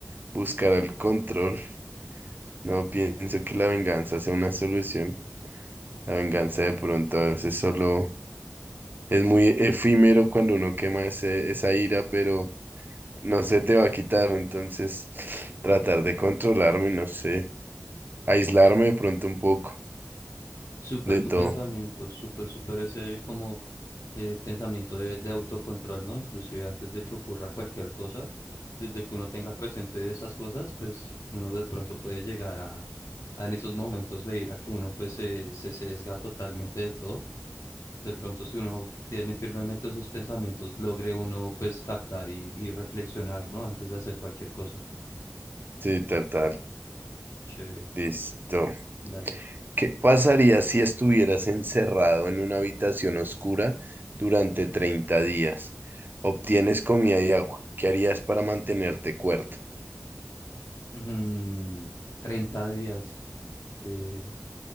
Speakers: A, on the right; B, on the left.
A: buscar el control. No pienso que la venganza sea una solución. La venganza de pronto a veces solo es muy efímero cuando uno quema ese, esa ira, pero no se te va a quitar. Entonces, <sniffs> tratar de controlarme, no sé, aislarme de pronto un poco
B: Súper
A: de
B: tu
A: todo.
B: pensamiento, súper, súper ese como eh, pensamiento de, de autocontrol, ¿no? Inclusive antes de que ocurra cualquier cosa, desde que uno tenga presente esas cosas, pues uno de pronto puede llegar a, a en esos momentos de ira que uno pues se, se sesga totalmente de todo. De pronto si uno tiene firmemente sus pensamientos, logre uno pues captar y, y reflexionar, ¿no? Antes de hacer cualquier cosa.
A: Sí, tal, tal.
B: Chévere,
A: Listo.
B: chévere. Dale.
A: ¿Qué pasaría si estuvieras encerrado en una habitación oscura durante 30 días? Obtienes comida y agua. ¿Qué harías para mantenerte cuerdo?
B: Mm, 30 días. eh,